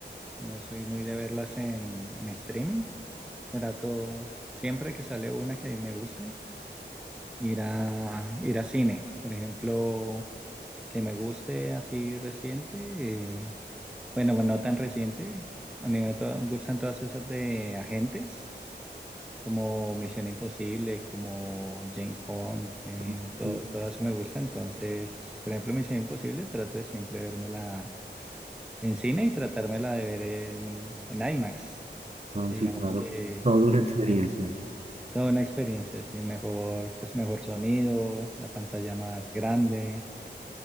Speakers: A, in the centre; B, on the right.
A: No soy muy de verlas en, en streaming. Trato siempre que sale una que me guste, ir a, ir a cine. Por ejemplo, que me guste así reciente. eh, bueno, bueno, no tan reciente. A mí me, to- me gustan todas esas de agentes. como Misión Imposible, como James Bond, eh,
B: Ah,
A: todo,
B: Sí,
A: todo eso me gusta. Entonces, por ejemplo, Misión Imposible, trato de siempre vérmela en cine y tratármela de ver en, en IMAX,
B: Ah,
A: que digamos
B: sí, claro.
A: que
B: Todo es una
A: mm,
B: experiencia.
A: tiene toda una experiencia, sí, mejor, pues mejor sonido, la pantalla más grande